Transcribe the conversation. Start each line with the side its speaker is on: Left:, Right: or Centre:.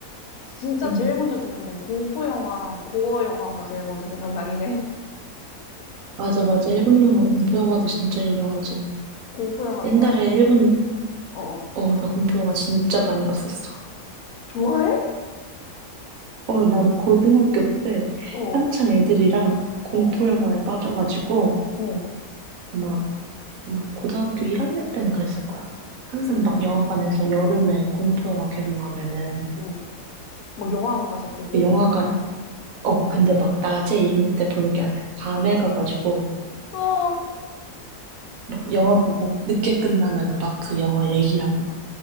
Left: 진짜
Right: 응.
Left: 제일 먼저 드는 건 공포 영화랑 고어 영화가 제일 먼저 생각나긴 해.
Right: 맞아, 맞아. 일본 영화, 공포 영화도 진짜 유명하지.
Left: <laughs> 공포 영화 좋아해?
Right: 옛날에 일본,
Left: 어, 어.
Right: 어, 나 공포 영화 진짜 많이 봤었어.
Left: 좋아해?
Right: 어, 난 고등학교 때
Left: 어,
Right: 한창 애들이랑 공포
Left: 어,
Right: 영화에 빠져가지고,
Left: 어,
Right: 막, 막 고등학교 1학년 때는 그랬을 거야. 항상
Left: 응,
Right: 막 영화관에서 여름에 공포 영화 개봉하면은,
Left: 응. 막 영화관 가서 보고?
Right: 그 영화관, 어, 근데 막 낮에 이런 때 보는 게 아니야. 밤에 가가지고
Left: 어,
Right: 막 영화 보고 늦게 끝나면은 막 그 영화 얘기하고 막